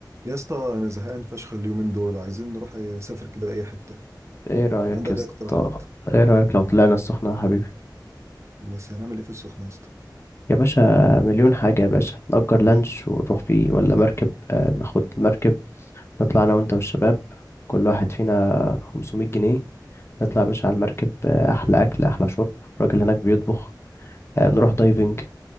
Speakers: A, on the right; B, on the left.
A: يا اسطى انا زهقان فشخ اليومين دول عايزين نروح نسافر كده اي حته
B: ايه رأيك
A: عندك
B: يا اسطى
A: اي اقتراحات
B: ايه رأيك لو طلعنا السخنة يا حبيبي
A: بس هنعمل ايه في السخنه يا اسطى
B: يا باشا مليون حاجة يا باشا نأجر لانش ونروح فيه ولا مركب آه ناخد المركب نطلع انا وانت والشباب كل واحد فينا 500 جنيه نطلع يا باشا على المركب آه احلى اكل احلى شرب الراجل هناك بيطبخ آه نروح دايفنج